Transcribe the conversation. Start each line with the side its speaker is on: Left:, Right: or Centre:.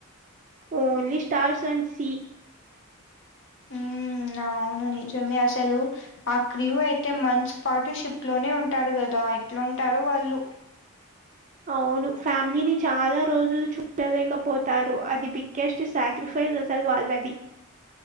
Right: ఓన్లీ స్టార్స్ అండ్ సి
Left: ఉ అవును నిజమే అసలు ఆ క్రివ్ అయితే మన్స్ పాటు షిప్ లోనే ఉంటారు గదా ఎట్లుంటారో వాళ్ళు
Right: అవును ఫ్యామిలీని చాలా రోజులు చూడలేకపోతారు అది బిగ్గెస్ట్ సాక్రిఫైజ్ అసలు వాళ్ళది